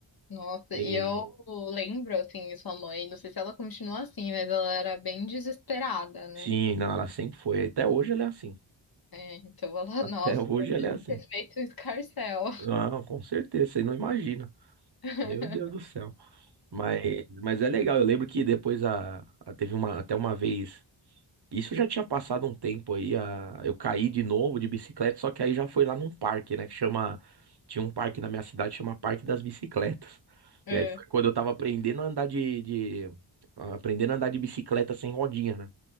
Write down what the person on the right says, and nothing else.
E
sim, não, ela sempre foi. Até hoje ela é assim.
<laughs>
Até
hoje
ela é assim.
Não, com certeza, você não imagina.
Meu Deus do céu. Mas, mas é legal, eu lembro que depois a, a- teve uma, até uma vez Isso já tinha passado um tempo aí, a... eu caí de novo de bicicleta, só que aí já foi lá num parque, né, que chama, tinha um parque na minha cidade, chama Parque das Bicicletas.
E aí foi quando eu tava aprendendo a andar de, de... aprendendo a andar de bicicleta sem rodinha, né?